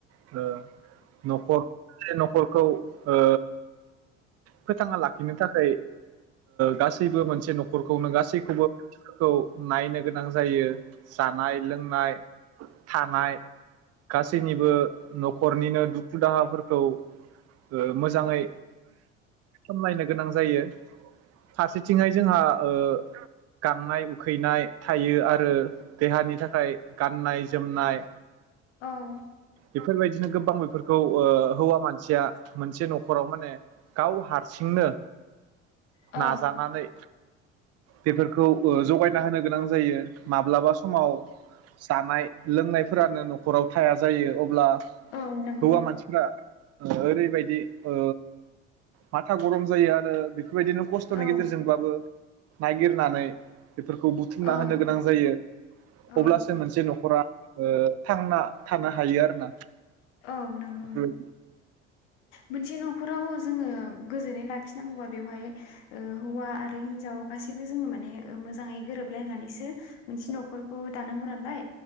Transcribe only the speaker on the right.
ओ न'खर <unintelligible> न'खर खौ ओ फोथांना लाखिनो थाखाय गासै सैबो मोनसे न'खरखौनो गासैखौबो नायनो गोनां जायो जानाय, लोंनाय, थानाय गासैनिबो न'खरनिनो दुखु दुखु दाहाफोरखौ ओ मोजाङै सामलायनो गोनां जायो। फारसेथिंहाय जोंहा ओ गांनाय उखैनाय थायो आरो देहानि थाखाय गाननाय जोमनाय
बेफोरबायदिनो गोबां बेफोरखौ ओ हौवा मानसिया मोनसे न'खराव माने गाव हारसिंनो
नाजानानै बेफोरखौ ओ जगायना होनो गोनां जायो। माब्लाबा समाव सि दानाय लोंनायफोरानो न'खराव थाया जायो अब्ला
हौवा मानसिफ्रा ओ ओरैबायदि ओ माथा गरम जायो आरो बे फोरबायदिनो खस्थ'नि
गेजेरजोंबाबो नायगिरनानै बेफोरखौ बुथुमना
होनो गोनां जायो।
अब्लासो मोनसे न'खरा ओ थांना थाना हायो आरो ना।
हो